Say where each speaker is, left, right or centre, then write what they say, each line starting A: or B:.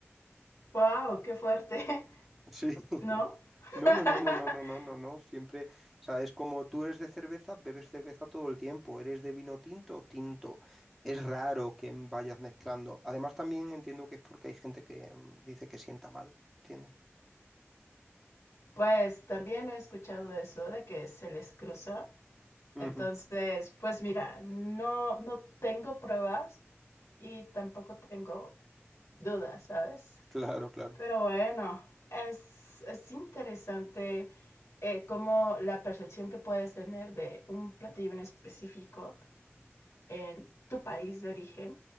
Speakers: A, on the left (about 85°); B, in the centre.
A: ¡Wow! ¡Qué fuerte!
B: Sí,
A: <laughs>
B: <laughs>
A: ¿No? <laughs>
B: No, no, no, no, no, no, no, no, no. Siempre, o sea, es como tú eres de cerveza, bebes cerveza todo el tiempo. Eres de vino tinto, tinto. Es raro que vayas mezclando. Además, también entiendo que es porque hay gente que mm, dice que sienta mal, ¿entiendes?
A: Pues también he escuchado eso de que se les cruza.
B: Ujú,
A: Entonces, pues mira, no, no tengo pruebas y tampoco tengo dudas, ¿sabes?
B: Claro, claro.
A: Pero bueno, es, es interesante eh, cómo la percepción que puedes tener de un platillo en específico en tu país de origen